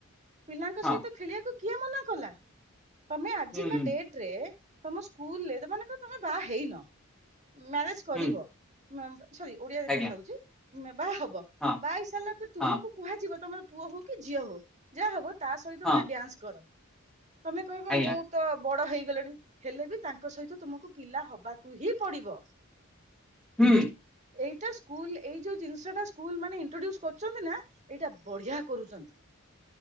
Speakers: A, on the right; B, in the centre.
A: ପିଲାଙ୍କ
B: ହଁ
A: ସହିତ ଖେଳିବାକୁ କିଏ ମନା କଲା ତମେ ଆଜି
B: ହୁଁ
A: କା
B: ହୁଁ
A: ଡେଟ ରେ ସ୍କୁଲରୋ ତମ ସ୍କୁଲ ରେ ତମେ ବାହା ହେଇନ ମ୍ୟାରେଜ କରିବ
B: ହୁଁ
A: ସରି ଓଡିଆରେ
B: ଆଜ୍ଞା
A: କଥା ହଉଛି ବାହା ହବ
B: ହଁ
A: ବଇ ସାରିଲା ପରେ ତୁମକୁ
B: ହଁ
A: କୁହାଯିବ ତମର ପୁଅ ହଉ କି ଝିଅ ହଉ ଯାହା ହବ ତା ସହିତ
B: ହଁ
A: ଗୋଟେ ଡ୍ୟାନ୍ସ କର ତମେ କହିବ
B: ଆଜ୍ଞା
A: ମୁଁ ତ ବଡ ହେଇଗଲେଣି ହେଲେ ବି ତାଙ୍କ ସହିତ ତୁମକୁ ପିଲା ହବାକୁ ହିଁ ପଡିବ ତ
B: ହୁଁ।
A: ଏଇଟା ସ୍କୁଲ ଏଇ ଯୋଉ ଜିନିଷ ଟା ସ୍କୁଲ ମାନ ଇଣ୍ଟ୍ରୋଡୁସ କରୁଛନ୍ତି ନା ଏଇଟା ବଢିଆ କରୁଛନ୍ତି